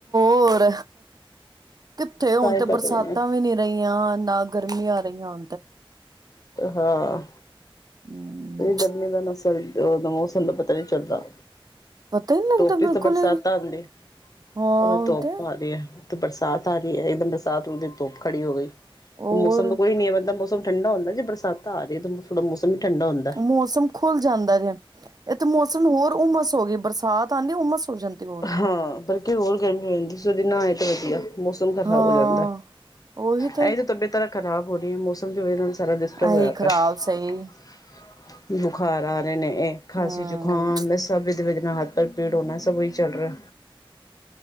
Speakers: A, on the right; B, on the left.
A: ਹੋਰ। ਕਿੱਥੇ ਹੁਣ
B: ਤਾਂ ਹੀ
A: ਤੇ
B: ਪਤਾ
A: ਬਰਸਾਤਾਂ
B: ਲੱਗਣਾ।
A: ਵੀ ਨੀ ਰਹੀਆਂ, ਨਾ ਗਰਮੀਆਂ ਰਹੀਆਂ।
B: ਹਾਂ,
A: ਹੂੰ,
B: ਗਰਮੀ ਦਾ ਨਸਾ 'ਚ ਮੋਸਮ ਦਾ ਪਤਾ ਨਹੀਂ ਚੱਲਦਾ।
A: ਪਤਾ ਹੀ ਨੀ ਲੱਗਦਾ
B: ਧੁੱਪ 'ਚ
A: ਬਿਲਕੁਲ
B: ਵੀ ਬਰਸਾਤਾਂ
A: ਹਾਂ
B: ਆਉਂਦੇ।
A: ਉਹ
B: ਅਕੇ ਧੁੱਪ
A: ਤੇ
B: ਆਂਦੀ। ਬਰਸਾਤ ਆ ਰਹੀ ਏ, ਇਕਦਮ ਬਰਸਾਤ ਹੁੰਦੀ, ਦੀ ਧੁੱਪ ਖੜੀ ਹੋ ਗਈ,
A: ਹੋਰ
B: ਮੌਸਮ ਤੋਂ ਕੋਈ ਨੀ ਹੈ, ਮਤਲਬ। ਠੰਡਾ ਹੁੰਦਾ ਜੇ ਬਰਸਾਤਾਂ ਆਜੇ, ਤਾਂ ਥੋੜਾ ਬਹੁਤ ਠੰਡਾ ਹੁੰਦਾ।
A: ਮੌਸਮ ਖੁੱਲ ਜਾਂਦਾ ਜੇ, ਇਹ ਤਾਂ ਮੌਸਮ ਹੋਰ ਉਮਸ ਹੋ ਗਈ, ਬਰਸਾਤ ਤਾਂਦੀ ਹੁੰਮਸ ਹੋ ਜਾਂਦੀ, ਹੋਰ।
B: ਹਾਂ ਬਲਕਿ ਹੋਰ ਗਰਮੀ ਹੋ ਜਾਂਦੀ ਸੀ, ਤੁਸੀਂ ਉਹਦੇ ਨਾਏ ਤਾਂ ਵਧੀਆ। ਮੌਸਮ ਤਾਂ ਖ਼ਰਾਬ
A: ਹਾਂ
B: ਹੋ ਜਾਂਦਾ,
A: ਉਹੀ ਤੇ
B: ਐ ਜੋ ਤਬੀਅਤਾਂ ਤਾਂ ਖਰਾਬ ਹੋ ਰਹੀ ਹੈ, ਮੌਸਮ ਦੀ ਵਜ੍ਹਾ ਨਾਲ। ਸਾਰਾ ਡਿਸਟਰਬ ਹੋਇਆ
A: ਇਹੀ ਖ਼ਰਾਬ
B: ਪਿਆ। <unintelligible>
A: ਸਹੀ
B: ਬੁਖਾਰ ਆ ਰਹੇ ਨੇ, ਇਹ ਖਾਸੀ-ਜ਼ੁਕਾਮ
A: ਹਮ
B: ਸਭ ਇਹਦੇ ਨਾਲ ਹੱਥ ਪੈਰ ਪੀੜ ਹੋਣਾ ਸਭ ਚੱਲ ਰਿਹਾ।